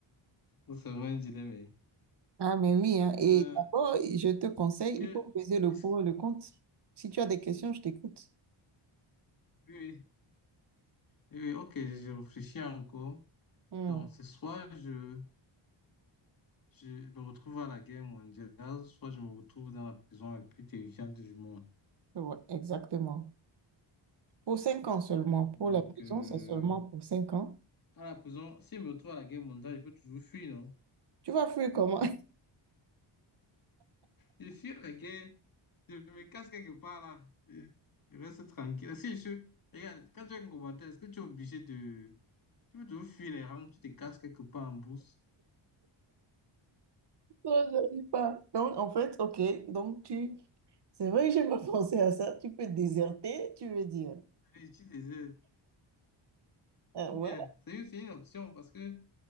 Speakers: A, on the left; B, on the right.
A: C'est vraiment un dilemme. eh.
B: Ah, mais oui, hein. Et
A: Euh,
B: d'abord, je te conseille,
A: est-ce que,
B: il faut peser le
A: est-ce
B: pour
A: que-
B: et le contre. Si tu as des questions, je t'écoute.
A: oui, oui, oui, oui, ok, je réfléchis encore.
B: Hmm,
A: Donc, c'est soit je, je me retrouve à la guerre mondiale, soit je me retrouve dans la prison la plus terrifiante du monde.
B: ouais, exactement. Pour cinq ans seulement. Pour
A: Donc,
B: la prison,
A: euh,
B: c'est seulement pour cinq ans.
A: à la prison, si je me retrouve à la guerre mondiale, je peux toujours fuir, non?
B: Tu vas fuir comment? <laughs>
A: Je fuis la guerre, Je me casse quelque part là. Je je reste tranquille. Est-ce que je suis. Regarde, quand tu es un combattant, est-ce que tu es obligé de. Tu veux toujours fuir les rangs, tu te casses quelque part en bourse.
B: Non, j'arrive pas. Donc, en fait, OK. Donc, tu... C'est vrai que j'ai pas <laughs> pensé à ça. Tu peux déserter, tu veux dire.
A: Et tu désires.
B: Ah
A: Ou
B: ouais.
A: bien, c'est une, c'est une option parce que